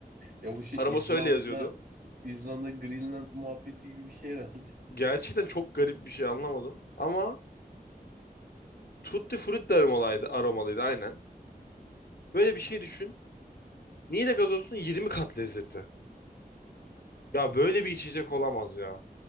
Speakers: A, on the right (about 75°); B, on the left (about 75°).
A: Ya bu şey
B: Aroması
A: İzlanda,
B: öyle yazıyordu.
A: İzlanda, Greenland muhabbeti gibi bir şey herhalde.
B: Gerçekten çok garip bir şey anlamadım. Ama Tutti Frutti de aromalıydı, aromalıydı aynen. Böyle bir şey düşün. Niğde gazozunun 20 kat lezzeti. Ya böyle bir içecek olamaz ya.